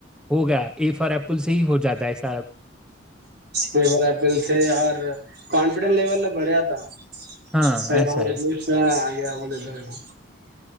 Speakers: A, in the centre; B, on the right.
A: ہو گیا ای فار ایپل سے ہی ہو جاتا ہے ایسا
B: وہل تھے اور کانفیڈینس لیول بڑھے آ ہ <unintelligible>
A: ہاں
B: ار <unintelligible>
A: ایسا ہے
B: دیا بول در <unintelligible>